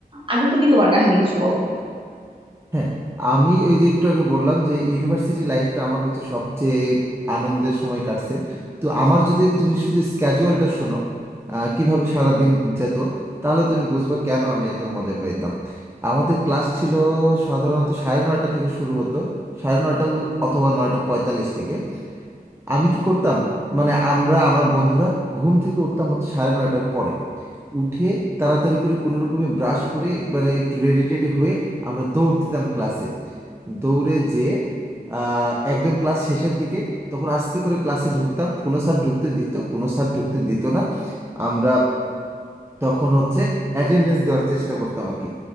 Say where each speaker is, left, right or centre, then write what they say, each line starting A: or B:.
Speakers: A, on the right; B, on the right.
A: আগে তুমি তোমার কাহিনী কিছু বলো
B: হ্যাঁ আমি এই যে একটু আগে বললাম যে ইউনিভার্সিটি লাইফটা আমার হচ্ছে সবচেয়ে আনন্দের সময় কাটছে তো আমার যদি তুমি শুধু স্ক্যাজুয়ালটা শোনো আহ, কিভাবে সারাদিন যেত তাহলে তুমি বুঝবা কেন আমি এত মজা পাইতাম আমাদের ক্লাস ছিল সাধারণত সাড়ে নয়টা থেকে শুরু হতো সাড়ে নয়টা অথবা নয়টা পঁয়তাল্লিশ থেকে আমি কি করতাম মানে আমরা আমার বন্ধুরা ঘুম থেকে উঠতাম হচ্ছে সাড়ে নয়টার পরে উঠে তাড়াতাড়ি করে কোনো রকমে ব্রাশ করে মানে একটু রেডি টেডি হয়ে আমরা দৌড় দিতাম ক্লাসে দৌড়ে যেয়ে আহ, একদম ক্লাস শেষের দিকে তখন আস্তে করে ক্লাসে ঢুকতাম কোনো স্যার ঢুকতে দিত কোনো স্যার ঢুকতে দিত না আমরা তখন হচ্ছে অ্যাটেন্ডেন্স দেওয়ার চেষ্টা করতাম আর কি